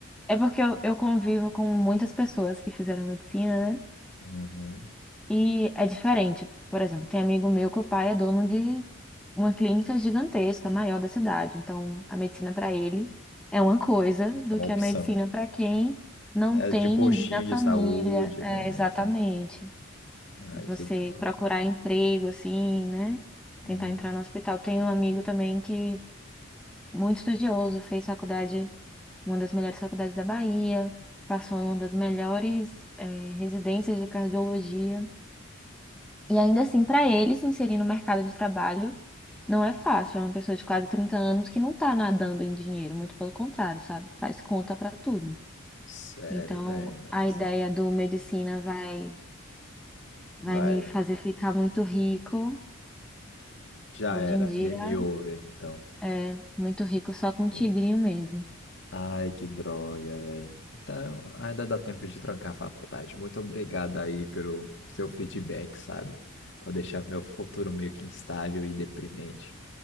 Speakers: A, in the centre; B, on the left.
A: É porque eu, eu convivo com muitas pessoas que fizeram medicina, né?
B: Uhum.
A: E é diferente. Por exemplo, tem amigo meu que o pai é dono de uma clínica gigantesca, maior da cidade. Então, a medicina para ele é uma coisa do
B: É uma
A: que
B: opção.
A: a medicina para quem não
B: É
A: tem
B: de postinho
A: ninguém na família.
B: de saúde,
A: É,
B: né?
A: exatamente.
B: Então, ai,
A: Você
B: que droga.
A: procurar emprego, assim, né?
B: Uhum.
A: Tentar entrar no hospital. Tem um amigo também que, muito estudioso, fez faculdade, uma das melhores faculdades da Bahia, passou em uma das melhores, eh, residências de cardiologia. E ainda assim, para ele se inserir no mercado de trabalho, não é fácil. É uma pessoa de quase 30 anos que não está nadando em dinheiro, muito pelo contrário, sabe? Faz conta para tudo.
B: Sério,
A: Então,
B: velho. Nossa,
A: a ideia
B: cara.
A: do medicina vai,
B: Vai.
A: vai me fazer ficar muito rico.
B: já
A: Hoje
B: era.
A: em dia,
B: Game over, então.
A: é muito rico só com
B: Pô.
A: tigrinho mesmo.
B: Ai, que droga, velho. Então, ainda dá tempo de trancar a faculdade. Muito obrigado aí pelo seu feedback, sabe? Por deixar meu futuro meio que instável e deprimente.